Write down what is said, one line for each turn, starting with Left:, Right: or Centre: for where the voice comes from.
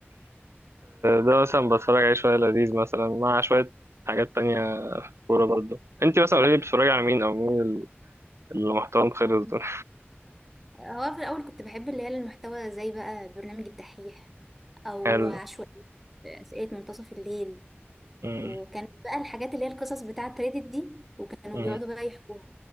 Right: ده مثلا بتفرج عليه شويه لذيذ مثلا مع شويه حاجات تانية كوره برضه انت مثلا قولي لي بتتفرجي على مين او مين ال- اللي محتوى خلص
Centre: ده
Right: دول
Centre: هو في الأول كنت بحب اللي هي المحتوى زي بقى برنامج الدحيح أو
Right: <laughs> حلو
Centre: عشوائية أسئلة منتصف الليل
Right: امم
Centre: وكانت بقى الحاجات اللي هي القصص بتاعة ريدت دي وكانوا
Right: امم
Centre: بيقعدوا بقى يحكوها